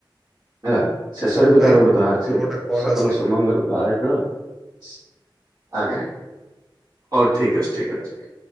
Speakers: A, on the right (about 40°); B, in the centre.
A: ହେଲା। ଶେଷରେ
B: ହଉ
A: ବି
B: ଭାଇ
A: ତାର ଗୋଟେ ଦହା ଅଛି
B: ମୋର ଗୋଟେ କଲ୍
A: ସକଲ
B: ଆସୁଛି
A: ସୁମଙ୍ଗଲ ଦାୟକ। ଆଜ୍ଞା ଆଜ୍ଞା ହଉ ଠିକ ଅଛି, ଠିକ
B: ହଉ।
A: ଅଛି।